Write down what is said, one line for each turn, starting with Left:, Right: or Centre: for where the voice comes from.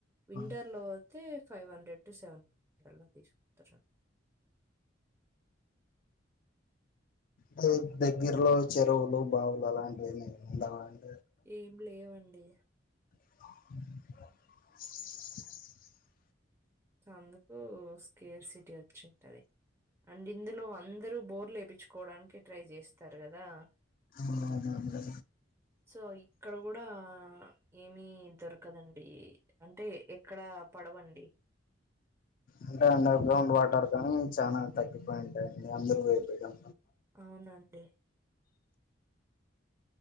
Right: వింటర్
Left: అంటే
Right: లో ఐతే ఫైవ్ హండ్రెడ్ టు సెవన్ అలా తీసుకుంటారు అండి
Left: మీ దగ్గరలో చెరువులు బావులు అలాంటివి ఉండవండి
Right: ఏం లేవండీ
Left: <inaudible>
Right: అందుకూ స్కేర్ సిటీ వచ్చింటది అండ్ ఇందులో అందరూ బోర్లు ఏపిచ్చుకోవడానికి ట్రై చేస్తారు కదా
Left: ఆ మామూలె
Right: సో ఇక్కడ కూడా ఏమి దొరకదండీ అంటే ఎక్కడా పడవండి
Left: అంటే అండర్ గ్రౌండ్ వాటర్ కానీ చానా తగ్గిపోయి ఉంటాయండి అందరూ వేపియడం
Right: అవునండి